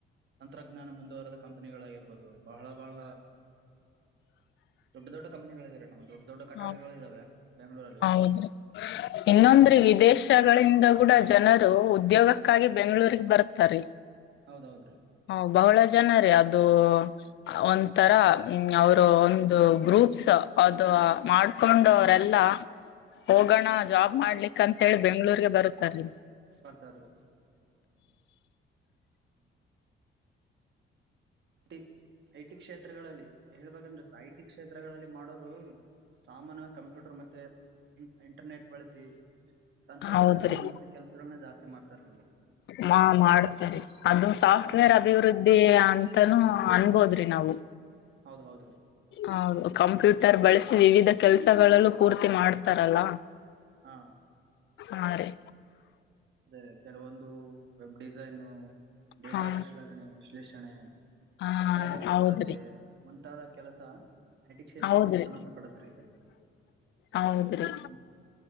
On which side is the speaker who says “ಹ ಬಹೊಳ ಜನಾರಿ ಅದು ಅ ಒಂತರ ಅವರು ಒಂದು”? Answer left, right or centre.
Left